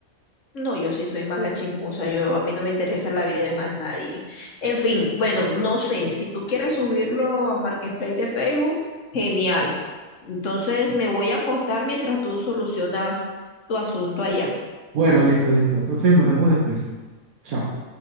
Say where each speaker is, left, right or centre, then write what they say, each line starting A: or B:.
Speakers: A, on the left; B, on the right.
A: No, yo sí soy mala chismosa, yo a mí no me interesa la vida de más nadie. En fin, bueno, no sé, si tú quieres subirlo a Marketplace de Facebook, genial. Entonces me voy a acostar mientras tú solucionas tu asunto allá.
B: Bueno, listo, listo. Entonces nos vemos después. Chao.